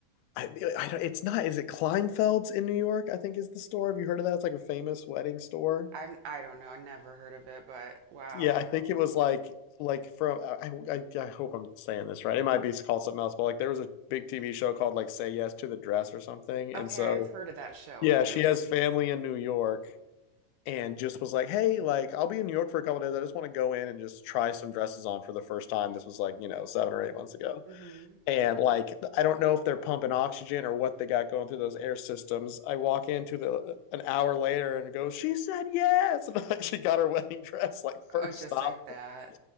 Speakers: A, on the left (about 90°); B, on the right (about 80°).
A: I, I don't, it's not. Is it Kleinfeld's in New York? I think is the store. Have you heard of that? It's like a famous wedding store.
B: I've I don't know, I never heard of it, but wow.
A: Yeah, I think it was like like from. I, I I hope I'm saying this right. It might be called something else, but like there was a big TV show called like Say Yes to the Dress or something, and
B: Okay,
A: so.
B: I've heard of that show
A: Yeah,
B: at least.
A: she has family in New York, and just was like, "Hey, like I'll be in New York for a couple of days. I just want to go in and just try some dresses on for the first time." This was like, you know, 7 or 8 months ago.
B: hmm
A: And like I don't know if they're pumping oxygen or what they got going through those air systems. I walk into the an hour later and go, "She said yes." <laughs> And like she got her wedding dress like first
B: Oh, just
A: stop.
B: like that.
A: <laughs>